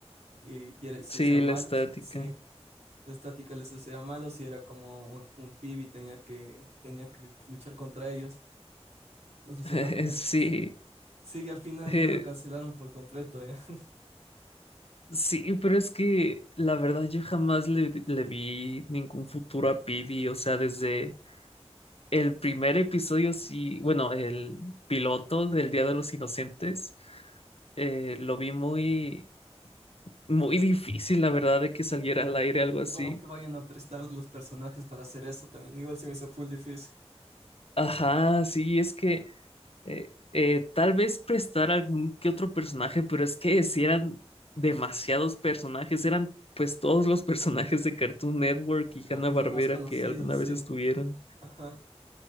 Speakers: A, on the right; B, on the left.
A: y, y era, se
B: Sí,
A: hacían malos,
B: la estática.
A: sí, la estática les hacía malos y era como un, un Phoebe tenía que, tenía que luchar contra ellos. Entonces
B: <laughs>
A: era como,
B: Sí,
A: sí, y al final
B: eh,
A: ya lo cancelaron por completo, ya. <laughs>
B: sí, pero es que la verdad yo jamás le, le vi ningún futuro a Pibi, o sea, desde el primer episodio, sí, bueno, el piloto del Día de los Inocentes, eh, lo vi muy, muy
A: Muy,
B: difícil, la verdad, de que saliera
A: Sí.
B: al aire algo así.
A: como que vayan a prestar los personajes para hacer eso también. Igual se me hizo full difícil.
B: Ajá, sí, es que Eh, eh, tal vez prestar algún que otro personaje, pero es que si eran demasiados personajes, eran pues todos los personajes de Cartoon Network
A: Y,
B: y
A: lo-
B: Hanna-Barbera
A: y los más conocidos,
B: que alguna
A: sí.
B: vez estuvieron.
A: Ajá.